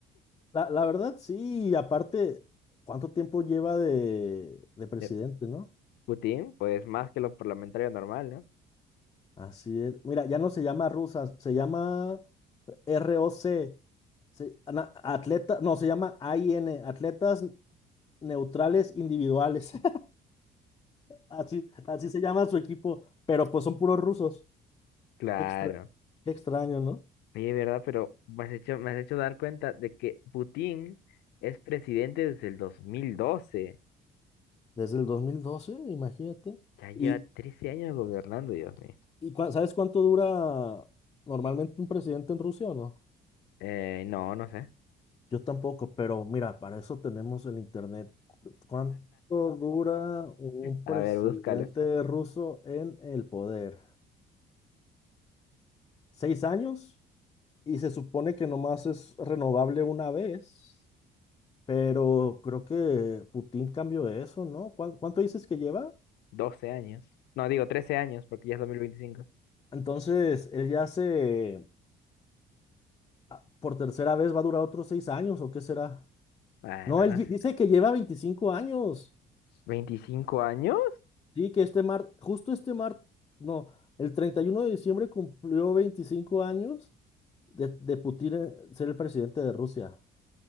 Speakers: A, on the left; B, on the left.
A: La, la verdad, sí, y aparte, ¿cuánto tiempo lleva de, de presidente,
B: Eh,
A: no?
B: Putin, pues más que lo parlamentario normal, ¿no?
A: Así es. Mira, ya no se llama rusas, se llama ROC, se- ana- atleta, no, se llama AIN, Atletas Neutrales Individuales. <laughs> Así, así se llama su equipo, pero pues son puros rusos.
B: Claro.
A: Qué extra, qué extraño, ¿no?
B: Oye, ¿verdad? Pero me has hecho, me has hecho dar cuenta de que Putin es presidente desde el dos mil doce
A: Desde el 2012, imagínate.
B: Ya lleva
A: ¿Y,
B: 13 años gobernando, Dios mío.
A: y cua- sabes cuánto dura normalmente un presidente en Rusia o no?
B: Eh, no, no sé.
A: Yo tampoco, pero mira, para eso tenemos el internet. ¿Cuánto dura un
B: A
A: presidente
B: ver, búscalo.
A: ruso en el poder? ¿Seis años? Y se supone que nomás es renovable una vez, pero creo que Putin cambió eso, ¿no? ¿Cuán- ¿Cuánto dices que lleva?
B: doce años. No, digo 13 años porque ya es dos mil veinticinco
A: Entonces, él ya se, ah, por tercera vez va a durar otros seis años, ¿o qué será?
B: Bueno,
A: No, él
B: no
A: di-
B: sé.
A: dice que lleva 25 años.
B: veinticinco años?
A: Sí, que este mar, justo este mar, no, el 31 de diciembre cumplió 25 años de, de Putin eh, ser el presidente de Rusia.